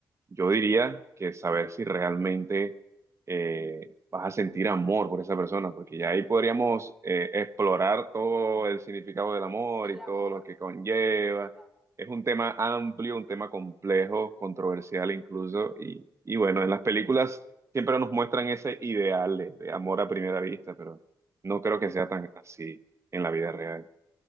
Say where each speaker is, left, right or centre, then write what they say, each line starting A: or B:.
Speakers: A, on the right; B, in the centre.
A: yo diría que saber si realmente eh, vas a sentir amor por esa persona, porque ya ahí podríamos eh, explorar todo el significado del amor
B: Del
A: y
B: amor,
A: todo lo que conlleva.
B: eh, en verdad.
A: Es un tema amplio, un tema complejo, controversial incluso, y, y bueno, en las películas siempre nos muestran ese ideal de, de amor a primera vista, pero no creo que sea tan así en la vida real.